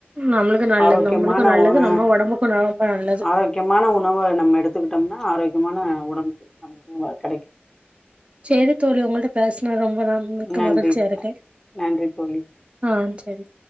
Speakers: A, on the right (about 30°); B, on the left (about 15°).
A: நம்மளுக்கு நல்லது
B: ஆரோக்கியமான
A: நம்மளுக்கு நல்லது
B: உண
A: நம்ம ஒடம்புக்கு ரொம்ப நல்லது
B: ஆரோக்கியமான உணவ நம்ம எடுத்து கத்துக்கிட்டோம்னா ஆரோக்கியமான உடம்பு நம்மளுக்கு கிடைக்கும்
A: சேரி தோழி உங்கள்ட பேசுன ரொ நா மிக்க
B: நன்றி
A: மகிழ்ச்சியா இருக்கேன்
B: நன்றி தோழி
A: ஆஹ் சேரி